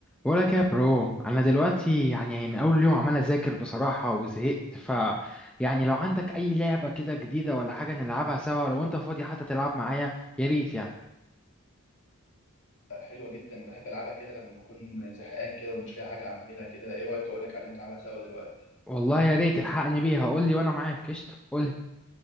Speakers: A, in the centre; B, on the left (about 60°).
A: بقولك يا برو انا دلوقتي يعني من اول يوم عمال اذاكر بصراحه وزهقت ف يعني لو عندك اي لعبه كده جديده ولا حاجه نلعبها سوا لو انت فاضي حتى تلعب معايا يا ريت يعني
B: حلوة جدا بحب ألعبها كده لما بكون زهقان كده ومش لاقي حاجة أعملها كده إيه رأيك أقول لك عليها نلعبها سوا دلوقتي
A: والله يا ريت الحقني بيها قول لي وانا معاك قشطه قول لي